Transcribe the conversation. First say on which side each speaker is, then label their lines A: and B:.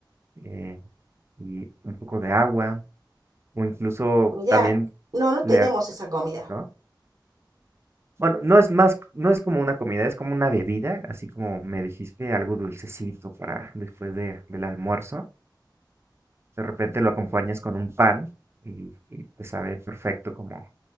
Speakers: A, on the right; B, on the right.
A: eh, y un poco de agua o incluso
B: Mirá,
A: también
B: no, no
A: le,
B: tenemos
A: ag-
B: esa comida.
A: ¿no? Bueno, no es más, no es como una comida, es como una bebida, así como me dijiste, algo dulcecito para después de, del almuerzo. De repente lo acompañas con un pan y, y te sabe perfecto como